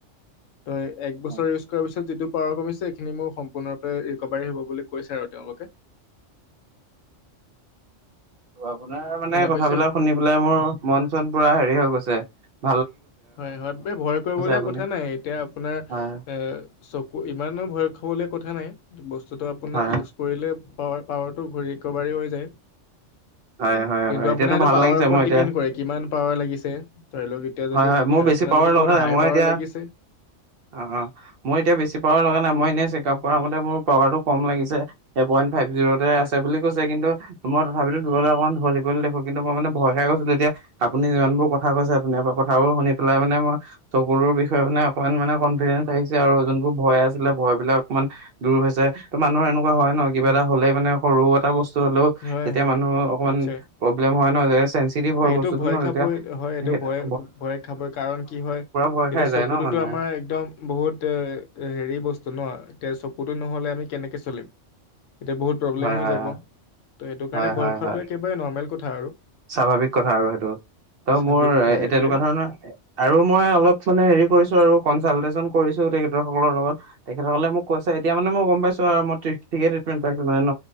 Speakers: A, on the left (about 80°); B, on the right (about 60°).
A: তই এক বছৰ
B: হয়।
A: ইউজ কৰাৰ পিছত যিটো পৰা পিছে এইখিনি মোৰ সম্পূৰ্ণৰূপে ৰিকভাৰী হ' ববুলি কৈছে আৰু তেওঁলোকে
B: অঁ আপোনাৰ মানে
A: শুনা
B: কথাবিলাক
A: পাইছে
B: শুনি পেলাই মোৰ মন চোন পুৰা হেৰি হৈ গৈছে ছে
A: হয় হয় ব ভয় কৰিবলে
B: আপুনি।
A: কথা নাই এতিয়া আপোনাৰ
B: হয়,
A: এ চকু ইমানো ভয় খাবলৈ কথা নাই বচতো য'টো আপুনি
B: হয়,
A: ইউজ কৰিলে পাৱাৰ পাৱাৰটো ঘূৰি এক একোবাৰি হৈ যায়
B: হয়, হয়,
A: কিন্তু
B: হয়, এতিয়াতো
A: আপোনাৰ এইটো
B: ভাল
A: পাৱাৰ
B: লাগিছে
A: ওপৰত
B: মোৰ এতিয়া
A: ডিপেণ্ড কৰে কিমান পাৱাৰ লাগিছে ধাই লওক এতিয়া
B: হয়,
A: যদি
B: হয়, মোৰ
A: আপোনাৰ
B: বেছি পাৱাৰ
A: যদি বহুত
B: লগা নাই
A: হাই
B: মই
A: পাৱাৰ
B: এতিয়া
A: লাগিছে
B: অ অ মোৰ এতিয়া বেছি পাৱাৰ লগা নাই মই এনেই চেকাপ কৰা মতে পাওৱাৰতু কম লাগিছে ফাইভ জিৰতে
A: হয়
B: আছে বুলি কৈছে কিন্তু মই তথাপিতো দবলে অকণমান ঢল শিক কৰি দেখো কিন্তু মই মানে ভয় খাই গলো তেতিয়া আপুনি যিবোৰ কৈছে ধন্যবাদ কথাবোৰ শুনি পেলাই মানে ম চকুলৰ বিষয়ে মানে অকনমান মানে কনফিডেন্ঞ্চ আহিছে আৰু যোনবোৰ ভয় আছিলে ভয় বিলাক অকমান দূৰ হৈছে ত মানুহৰ এনেকুৱা ক হয় ন কিবা
A: উম,
B: এটা হলেই মানে সৰু এটা বস্তু
A: হয়
B: তিয়া
A: হয়
B: মানুহ অকণমান
A: নিশ্চয়
B: প্ৰব্লেম হয় নহয় <unintelligible>
A: না,
B: পোৱা
A: এইটো
B: বস্তুতটো
A: ভয়
B: ন তেতিয়া
A: খাবই হয় এইটো ভয়
B: স
A: ভয় খাব কাৰণ কি হয়,
B: ভয়
A: এতিয়া
B: খাই যায়
A: চকুতোতো
B: ন মানুহে
A: আমাৰ একদম বহুত এ হেৰি বস্তু ন এতিয়া চকুতো নহ'লে আমি কেনেকে চলিম এতিয়া বহুত প্ৰব্লেম
B: হয়
A: হৈ
B: হয়
A: যাব
B: হয়
A: ত' সেইটো
B: হয়
A: কাৰণে
B: হয়
A: ভয় খোৱাটো
B: হয়
A: একেবাৰে নৰ্মেল কথা আৰু
B: স্বাভাৱিক কথা আৰু সেইটো ত
A: স্বাভাৱিক
B: মোৰ
A: কথা সেইটোৱে
B: তেনেকুৱা ধৰণৰ আৰু মই অলপ মানে হেৰি কৰিছো আৰু <unintelligible> তেখেতসকলৰ লগত তেখেতসকলে মোক কৈছে এতিয়া মানে মই গম পাইছো আৰু মই ঠিকেটিকমেণ্ট পাইছো মানে ন